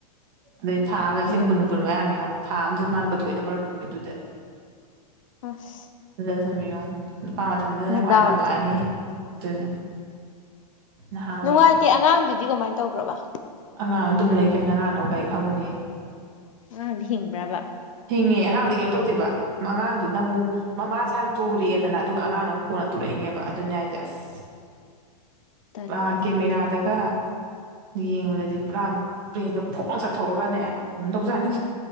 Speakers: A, on the right; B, on the left.
A: ꯑꯗꯩꯗꯤ ꯊꯥ ꯑꯃꯒ ꯂꯤꯁꯤꯡ
B: ꯎꯝ
A: ꯀꯨꯟ ꯀꯨꯟ ꯃꯉꯅꯤꯌꯣꯝ ꯊꯥ ꯑꯃ ꯆꯞ ꯃꯥꯟꯅ ꯄ ꯊꯣꯛꯏꯗꯕ ꯃꯔꯨꯞ ꯅꯨꯃꯤꯠꯇꯨꯗ
B: ꯑꯁ
A: ꯑꯗꯨꯗꯁꯨ ꯌꯣꯡ ꯅꯨꯄꯥ ꯃꯇꯝꯊꯟꯗꯨꯗꯅ
B: ꯅꯗꯥꯎꯗꯤ
A: ꯀꯃꯥꯏꯅ ꯉꯝꯂꯛꯑꯅꯤ ꯑꯗꯨꯅꯤ ꯅꯍꯥ ꯑꯣꯏꯅ
B: ꯅꯨꯡꯉꯥꯏꯇꯦ ꯑꯉꯥꯡꯗꯨꯗꯤ ꯀꯃꯥꯏꯅ ꯇꯧꯕ꯭ꯔꯣꯕ
A: ꯑꯉꯥꯡ ꯑꯗꯨꯝ ꯂꯩ ꯀꯥꯏꯅ ꯑꯉꯥꯡꯅꯣ ꯀꯩ ꯈꯪꯉꯨꯅꯤ
B: ꯑꯉꯥꯡꯗꯤ ꯍꯤꯡꯕ꯭ꯔꯥꯕ
A: ꯍꯤꯡꯉꯦ ꯑꯉꯥꯡꯗ ꯀꯩꯅꯣ ꯇꯧꯗꯦꯕ ꯑꯉꯥꯡꯗꯨꯅ ꯑꯃꯨꯛ ꯃꯃꯥꯁꯦ ꯍꯥꯟ ꯇꯨꯔꯛꯑꯦꯗꯅ ꯑꯗꯨꯒ ꯑꯉꯥꯡꯅ ꯑꯃꯨꯛ ꯀꯣꯟꯅ ꯇꯨꯔꯛꯏꯅꯦꯕ ꯑꯗꯨꯅꯦ ꯍꯥꯏꯁꯦ ꯑꯁ
B: ꯇꯜꯂꯦ
A: ꯋꯥ ꯀꯦ ꯃꯤ ꯔꯥꯗꯒ <inaudible> ꯌꯦꯡꯕꯗꯗꯤ ꯄꯨꯔꯥ ꯕ꯭ꯔꯦꯟꯗ ꯐꯣꯔ ꯑꯃ ꯆꯥꯊꯣꯛꯑꯒꯅꯦ ꯑꯗꯨꯝ ꯇꯧꯖꯥꯅꯤ